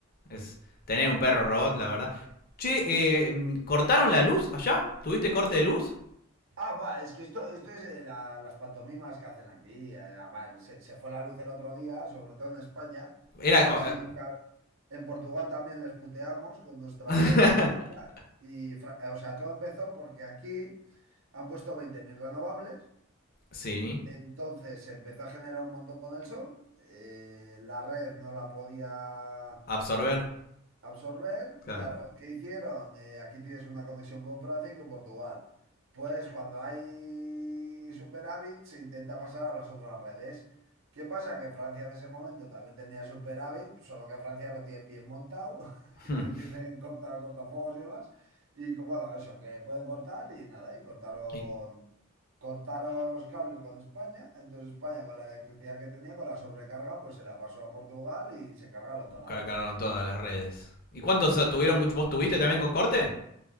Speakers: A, on the left; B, on the right.
A: es tener un perro robot, la verdad. Che, eh, mm, ¿cortaron la luz allá? ¿Tuviste corte de luz?
B: Ah, buah, es que esto, esto es eh, la- las pantomimas que hacen aquí. Eh, a ver, se, se fue la luz el otro día, sobre todo en España.
A: Era...
B: Casi nos ca- En Portugal también les puteamos con nuestra
A: <laughs>
B: red eléctrica. Y, Fra- eh, o sea, todo empezó porque aquí han puesto 20.000 renovables.
A: sí,
B: Entonces se empezó a generar un montón con el sol. eh, la red no la podía
A: absorber,
B: Absorber,
A: claro.
B: claro. ¿Qué hicieron? Eh, aquí tienes una conexión con Francia y con Portugal. Pues cuando hay superávit se intenta pasar a las otras redes. ¿Qué pasa? Que Francia en ese momento también tenía superávit, solo que Francia lo tienen bien montado, <laughs>
A: <laughs>
B: que tienen corta, cortafuegos y demás. Y co- bueno, eso, que pueden cortar y nada, y cortaron,
A: Y
B: cortaron los cables con España. Entonces España con la electricidad que tenía, con la sobrecarga, pues se la pasó a Portugal y se cargaron toda la
A: cargaron
B: red.
A: todas las redes. ¿Y cuántos
B: Sí.
A: ah, tuvieron? mucho- ¿Vos tuviste también con corte?